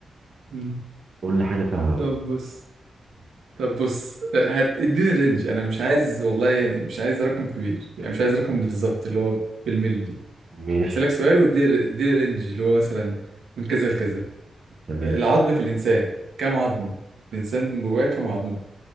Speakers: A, on the right; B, on the right.
A: مم.
B: قول لي حاجه سهله
A: طب
B: بقى
A: بص طب بص آه، هت- اديني رينج انا مش عايز والله يعني مش عايز رقم كبير يعني مش عايز رقم بالظبط اللي هو بالملي
B: ماشي
A: هسألك سؤال واديني اديني رينج اللي هو مثلا من كذا لكذا
B: تمام
A: العظم في الإنسان كام عظمة؟ الإنسان جواه كام عظمة؟